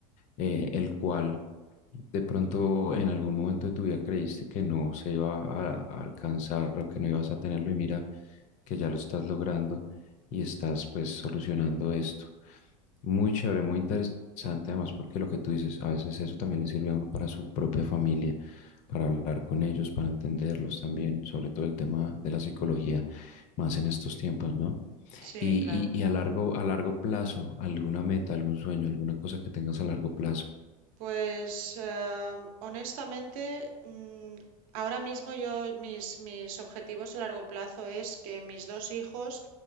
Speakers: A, on the left; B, on the right.
A: eh, el cual de pronto en algún momento de tu vida creíste que no se iba a, a alcanzar o que no ibas a tenerlo y mira que ya lo estás logrando y estás pues solucionando esto. Muy chévere, muy interesante además porque lo que tú dices, a veces eso también le sirve a uno para su propia familia, para hablar con ellos, para entenderlos también, sobre todo el tema de la psicología más en estos tiempos, ¿no?
B: Sí,
A: Y,
B: claro.
A: y, y a largo, a largo plazo, alguna meta, algún sueño, alguna cosa que tengas a largo plazo.
B: Pues eh, honestamente, mm, ahora mismo yo mis, mis objetivos a largo plazo es que mis dos hijos